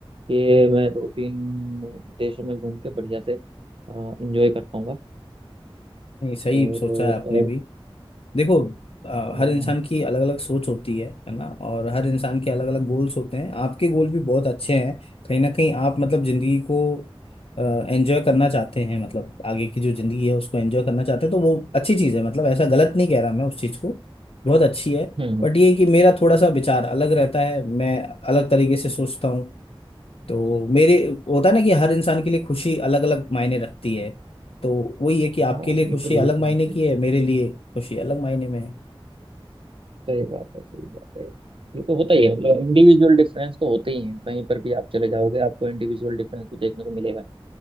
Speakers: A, on the right; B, on the left.
A: कि मैं दो तीन देशों में घूम के बढ़िया से इंजॉय कर पाऊंगा
B: नहीं सही
A: और
B: सोचा
A: और,
B: है आपने
A: और
B: भी देखो अ,
A: अ,
B: हर
A: हम्म
B: इंसान की अलग अलग सोच होती है है ना और हर इंसान के अलग अलग गोल्स होते हैं आपके गोल भी बहुत अच्छे हैं कहीं ना कहीं आप मतलब जिंदगी को एंजॉय करना चाहते हैं मतलब आगे की जो जिंदगी है उसको एंजॉय करना चाहते हैं तो वो अच्छी चीज़ है मतलब ऐसा गलत नहीं कह रहा मैं उस चीज़ को बहुत अच्छी है
A: हम्म।
B: बट ये है कि मेरा थोड़ा सा विचार अलग रहता है मैं अलग तरीके से सोचता हूँ तो मेरे होता है ना कि हर इंसान के लिए खुशी अलग अलग मायने रखती है तो वही है कि आपके
A: हाँ
B: लिए
A: बिल्कुल
B: खुशी अलग
A: ये तो
B: मायने
A: होता
B: की
A: ही है।
B: है मेरे लिए खुशी अलग मायने में है
A: सही बात है सही बात है ये तो होता ही है मतलब इंडिविजुअल डिफरेंस तो होते ही हैं कहीं पर भी आप चले जाओगे आपको इंडिविजुअल डिफरेंस तो देखने को मिलेगा ही